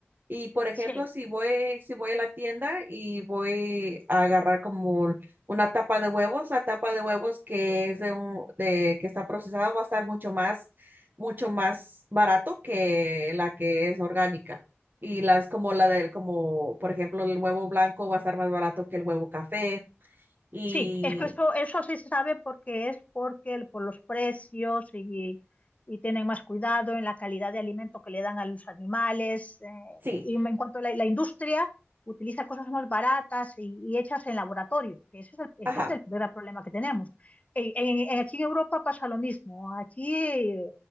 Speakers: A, on the right; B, on the left.
A: Y por ejemplo,
B: Sí.
A: si voy, si voy a la tienda y voy a agarrar como una tapa de huevos, la tapa de huevos que es de un, de que está procesada va a estar mucho más, mucho más barato que la que es orgánica. Y las como la del, como por ejemplo el huevo blanco va a estar más barato que el huevo café. Y
B: Sí, es que eso, eso sí se sabe porque es porque el- por los precios y, y tienen más cuidado en la calidad de alimento que le dan a los animales. eh,
A: sí,
B: y en cuanto a la, la industria, utiliza cosas más baratas y, y hechas en laboratorio. que Ese es el, ese
A: ajá,
B: es el gran problema que tenemos. En- en- en- aquí en Europa pasa lo mismo. Aquí, eh,